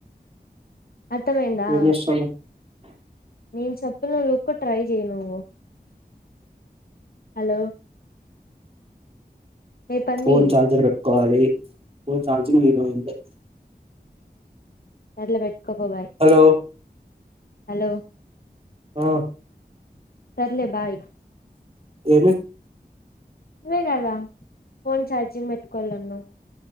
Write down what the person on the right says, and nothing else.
ఏం
చేస్తున్నావ్
ఫోన్ ఛార్జర్ పెట్టుకోవాలి ఫోన్ ఛార్జింగ్ లేదు మా ఇంట్లో
హలో
ఆ
ఏమి